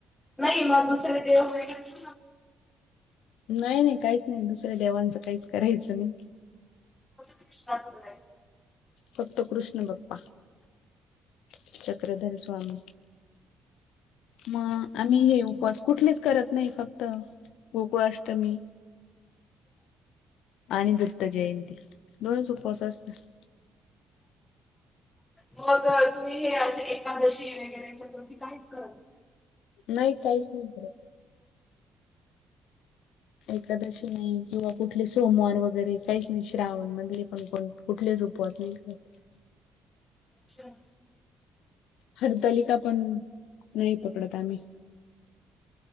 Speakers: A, on the left (about 15°); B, on the left (about 80°).
A: नाही मग दुसरे देव काय करता?
B: नाही नाही काहीच नाही दुसऱ्या देवांचं काहीच करायचं नाही.
A: <unintelligible>
B: फक्त कृष्ण बाप्पा चक्रधरी स्वामी. म आम्ही हे उपवास कुठलेच करत नाही फक्त गोकुळाष्टमी. आणि दत्त जयंती दोनच उपवास असतात.
A: मग तुम्ही हे असे एकादशी वगैरे चतुर्थी काहीच करत नाही.
B: नाही काहीच नाही करत. एकादशी नाही किंवा कुठले सोमवार वगैरे काहीच नाही श्रावण मधले पण कोण कुठलेच उपवास नाही करत.
A: अच्छा
B: हरितालिका पण नाही पकडत आम्ही